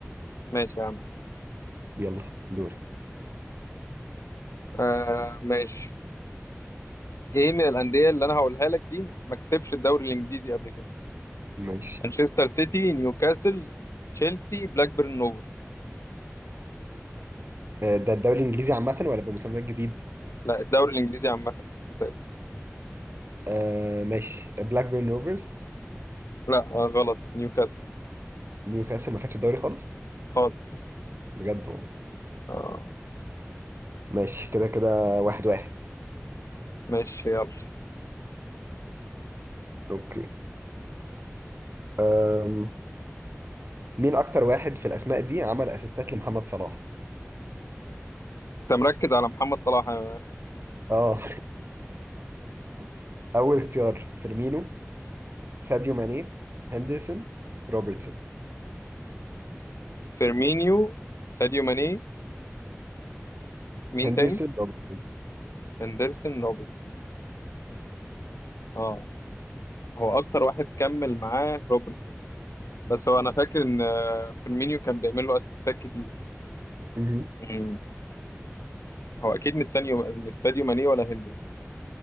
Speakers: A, on the left; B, on the right.
A: ماشي يا عم
B: يلا دور
A: آه... ماشي ايه من الأندية اللي انا هقولها لك دي ما كسبش الدوري الإنجليزي قبل كده
B: ماشي
A: مانشستر سيتي نيوكاسل تشيلسي بلاك بيرن روفرز
B: آه، ده الدوري الإنجليزي عامة ولا بمسمى جديد
A: لا الدوري الانجليزي عامه انت
B: آه ماشي بلاك بيرن روفرز
A: لا آه، غلط نيوكاسل
B: نيوكاسل ما خدش الدوري خالص
A: خالص
B: بجد والله
A: آه
B: ماشي كده كده واحد واحد
A: ماشي يلا
B: اوكي أم... مين أكتر واحد في الأسماء دي عمل أسيستات لمحمد صلاح
A: انت مركز على محمد صلاح آه،
B: اه <laughs> اول اختيار فيرمينو ساديو ماني هندرسون روبرتسون
A: فيرمينيو ساديو ماني مين
B: هندرسون
A: تاني
B: روبرتسون
A: هندرسون روبرتسون اه هو اكتر واحد كمل معاه روبرتسون بس هو انا فاكر ان آه، فيرمينيو كان بيعمل له اسيستات كتير
B: مهم.
A: مم. هو اكيد مش سانيو مش ساديو ماني ولا هندرسون